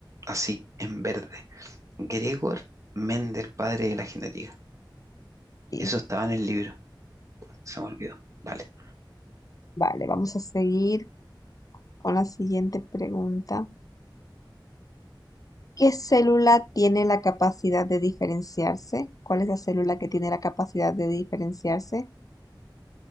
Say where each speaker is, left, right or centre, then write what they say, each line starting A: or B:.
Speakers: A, on the right (about 40°); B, on the left (about 45°).
A: así en verde. Gregor Mendel, padre de la genética.
B: sí.
A: Eso estaba en el libro. Se me olvidó. Vale.
B: <laughs> Vale, vamos a seguir con la siguiente pregunta. ¿Qué célula tiene la capacidad de diferenciarse? ¿Cuál es la célula que tiene la capacidad de diferenciarse?